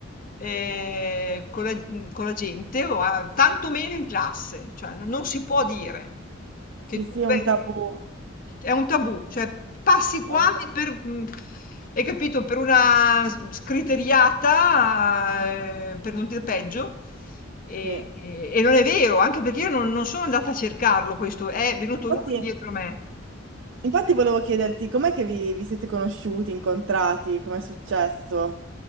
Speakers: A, on the left; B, on the right.
A: ehm, con la mhmm, con la gente o a tanto meno in classe, cioè no non si può dire". Che
B: Sì, sì,
A: tu
B: è
A: pe-
B: un tabù.
A: è un tabù, cioè passi quasi
B: È un ta
A: per, mh, hai capito, per una s- scriteriata, eh, per non dire peggio. E,
B: sì.
A: e- e non è vero, anche perché io non, non sono andata a cercarlo, questo è venuto
B: Infatti
A: lui dietro me.
B: infatti volevo chiederti com'è che vi vi siete conosciuti, incontrati, com'è successo?